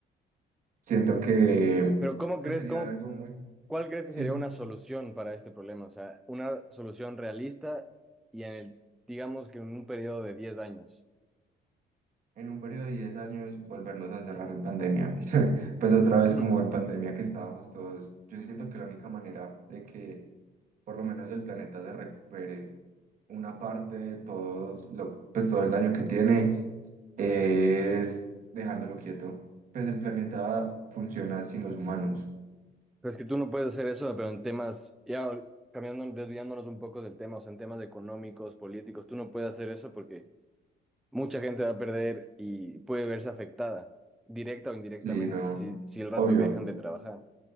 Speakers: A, on the right; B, in the centre.
A: Siento que
B: Pero ¿cómo
A: pues
B: crees,
A: sería
B: cómo,
A: algo muy,
B: ¿Cuál crees
A: siento
B: que sería una solución para este problema? O sea, una solución realista y en el, digamos que en un periodo de 10 años.
A: en un periodo de 10 años volvernos a encerrar en pandemia. <laughs> Pues otra vez
B: Ujú.
A: como en pandemia que estábamos todos. Yo siento que la única manera de que por lo menos el planeta se recupere una parte, de todos lo, pues todo el daño que tiene, es dejándolo quieto. Pues el planeta funciona sin los humanos.
B: Pues que tú no puedes hacer eso, pero en temas, ya cambiando, desviándonos un poco del tema, o sea, en temas económicos, políticos, tú no puedes hacer eso porque mucha gente va a perder y puede verse afectada, directa o indirectamente,
A: Sí, no,
B: si, si el rato
A: obvio,
B: que dejan de trabajar.